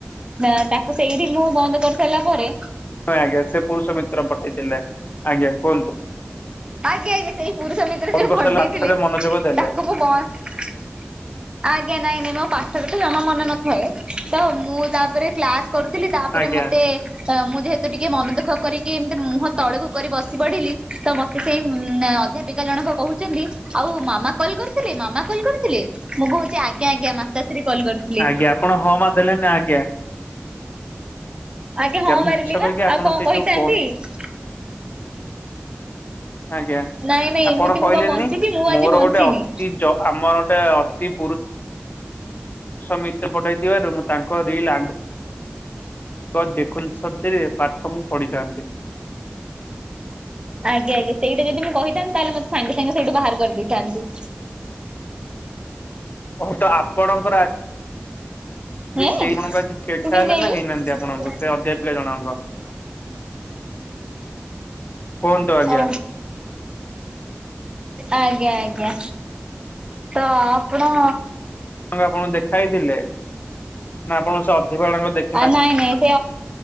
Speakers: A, on the right (about 25°); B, on the left (about 50°).
A: ନା ତାକୁ ସେଇଠି ମୁଁ ବନ୍ଦ କରିସାରିଲା ପରେ
B: ହଁ ଆଜ୍ଞା ସେ ପୁରୁଷ ମିତ୍ର ପଠେଇଥିଲେ ଆଜ୍ଞା କୁହନ୍ତୁ?
A: ଆଜ୍ଞା ଆଜ୍ଞା ସେଇ ପୁରୁଷ ମିତ୍ର
B: ଫୋନ
A: ଯୋଉ
B: କରିସାରିଲା
A: ଭଣ୍ଡେଇଥିଲେ
B: ପାଠରେ ମନୋଯୋଗ ଦେଲେ
A: ତାକୁ ମୁଁ ବନ୍ଦ ଆଜ୍ଞା ନାଇଁ ନାଇଁ ମୋ ପାଠରେ ତ ଜମା ମନେ ନଥାଏ ତ ମୁଁ ତାପରେ କ୍ଲାସ କରୁଥିଲି ତାପରେ
B: ଆଜ୍ଞା
A: ମତେ ମୁଁ ଯେହେତୁ ଟିକେ ମନ ଦୁଃଖ କରିକି ଏମିତି ମୁହଁ ତଳକୁ କରି ବସି ପଡିଲି ତ ମତେ ସେଇ ଅଧ୍ୟାପିକା ଜଣକ କହୁଛନ୍ତି ଆଉ ମାମା କଲ୍ କରିଥିଲେ ମାମା କଲ୍ କରିଥିଲେ? ମୁଁ କହୁଚି ଆଜ୍ଞା ଆଜ୍ଞା ମାତାଶ୍ରୀ କଲ କରିଥିଲେ।
B: ଆଜ୍ଞା ଆପଣ ହଁ ମା ଦେଲେନି ଆଜ୍ଞା
A: ଆଜ୍ଞା ହଁ ମାରିଲି
B: ମିଛ
A: ପା
B: କହିକି ଆପଣ
A: ଆଉ କଣ
B: ସେଇଠୁ
A: କହିଥାନ୍ତି?
B: ବନ୍ଦ ଆଜ୍ଞା
A: ନାଇଁ ନାଇଁ
B: ଆପଣ
A: ଏମିତି
B: କହିଲେନି
A: ମୁଁ କଣ ବଞ୍ଚିଛି ମୁଁ
B: ମୋର
A: ଆଜି ବଞ୍ଚିନି
B: ଗୋଟେ ଅତି ଜ ଆମର ଟା ଅତି ପରୁଷ ପୁରୁଷ ମିତ୍ର ପଠେଇଥିବାରୁ ମୁଁ ତାଙ୍କ ରିଲ ଆ ଦେଖୁନ୍ତୁ ସତରେ ପାଠ ମୁଁ ପଢ଼ିଥାନ୍ତି।
A: ଆଜ୍ଞା ଆଜ୍ଞା ସେଇଟା ଯଦି ମୁଁ କହିଥାନ୍ତି ତାହେଲେ ମୋତେ ସାଙ୍ଗେ ସାଙ୍ଗେ ସେଇଠୁ ବାହାର କରିଦେଇଥାନ୍ତେ।
B: ହଉ ତ ଆପଣଙ୍କର ଆ
A: ହେଁ
B: ସେଇ ଗୁଣକୁ ଆଜି ଦେଖା
A: ତୁ କେମିତି
B: ହେଲା ନା ହେଇନାହାନ୍ତି
A: ଯାଇଁଲୁ
B: ଆପଣଙ୍କୁ ସେ ଅଧ୍ୟାପିକା ଜଣଙ୍କ? କୁହନ୍ତୁ ଆଜ୍ଞା
A: <inaudible> ଓ ଆଜ୍ଞା ଆଜ୍ଞା ତ ଆପଣ
B: ଆପଣ ଦେଖାଇଥିଲେ ନା ଆପଣ ସେ ଅଧିବାଳକ ଦେଖିନାହାନ୍ତି।
A: ନାଇଁ ନାଇଁ ସେ